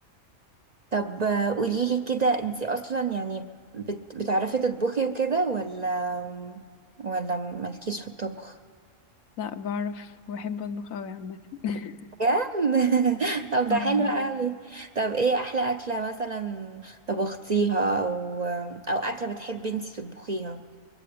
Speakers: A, on the right; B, on the left.
A: طب قولي لي كده انتي اصلا يعني بت... بتعرفي تطبخي وكده ولا ولا مالكيش في الطبخ
B: لا بعرف وبحب اطبخ اوي عامة <laughs>
A: بجد <laughs> طب ده
B: آه
A: حلو
B: والله
A: قوي طب ايه احلى اكله مثلا طبختيها او او اكله بتحبي انتي تطبخيها